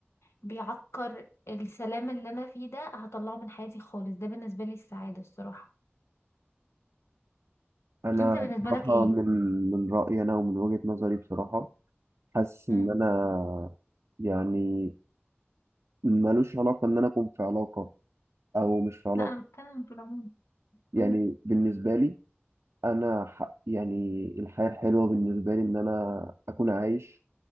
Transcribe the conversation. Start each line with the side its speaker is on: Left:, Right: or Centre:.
Left: بيعكر السلام اللي انا فيه ده هطلعه من حياتي خالص ده بالنسبه لي السعاده الصراحه
Right: انا
Left: انت بالنسبه
Right: بصراحه
Left: لك ايه
Right: من من رايي انا ومن وجهه نظري بصراحه حاسس
Left: مم.
Right: ان انا يعني ملوش علاقه ان انا اكون في علاقه او مش في علاقه
Left: لا انا بتكلم في العموم
Right: يعني
Left: مم.
Right: بالنسبه لي انا ح... يعني الحياه الحلوه بالنسبه لي ان انا اكون عايش